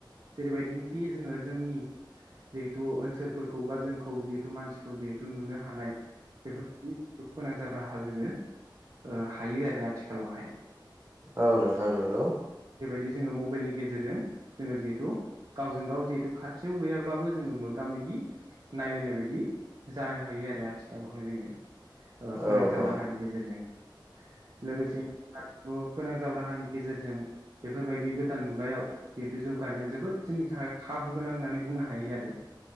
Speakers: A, on the right; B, on the right.
A: जेरैबायदिनोखि जोङो जोंनि जिहेथु ओनसोलफोरखौ बा जोंखौ जिहेथु मानसिखौ जिहेथु नुनो हानाय बेफोर फोनांजाब राहा जोङो हायो आरो आथिखालावहाय
B: औ नोंथां नंगौ
A: बि जोङो मबाइलनि गेजेरजों जोङो जिहेथु गावजों गाव जिहेतु खाथियाव गैयाब्लाबो जोङो मोगा मोगि नायलायनाय बायदि जानो हायो आरो ना आथिखालावहाय जोङो ओ
B: औ
A: फोनांजाब
B: औ
A: राहानि गेजेरजों लोगोसे आथिखालाव फोनांजाब राहानि गेजेरजों बेफोरबायदि गोदान मुगायाव जिहेथु जौगानाया जोबोद जोंनि थाखाय खाबु गोनां होननानै बुंनो हायो आरो